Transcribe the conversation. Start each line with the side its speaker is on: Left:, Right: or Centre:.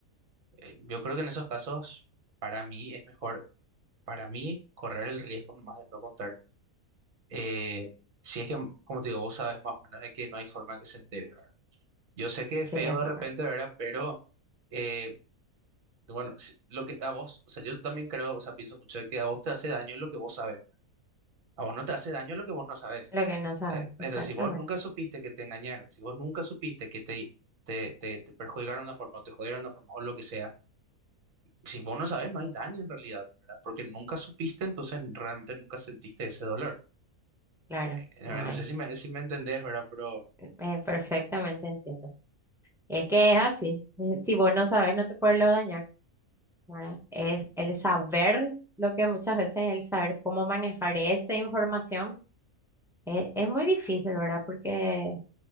Right: eh, yo creo que en esos casos, para mí es mejor. Para mí, correr el riesgo nomás de no contar. Eh, si es que, como te digo, vos sabes más o menos de que no hay forma que se entere, ¿verdad? Yo sé que es
Centre: sí,
Right: feo
Centre: es
Right: de
Centre: mejor.
Right: repente, ¿verdad? Pero, eh, bueno, si- lo que a vos, o sea, yo también creo, o sea, pienso mucho de que a vos te hace daño lo que vos sabes. A vos no te hace daño lo que vos no sabes.
Centre: Lo que no sabes,
Right: Ta-
Centre: exactamente.
Right: Entonces, si vos nunca supiste que te engañaron, si vos nunca supiste que te, te, te, te perjudicaron de una forma o te jodieron de una forma o lo que sea, si vos no sabes, no hay daño en realidad, ¿verdad? Porque nunca supiste, entonces realmente nunca sentiste ese dolor.
Centre: Claro,
Right: eh,
Centre: no hay.
Right: no sé si me, si me entendés, ¿verdad? Pero,
Centre: Eh, perfectamente entiendo. Y es que es así. <laughs> Si vos no sabes, no te puedes lo dañar, ¿verdad? Es el saber lo que muchas veces el saber cómo manejar esa información eh, es, muy difícil, ¿verdad? Porque,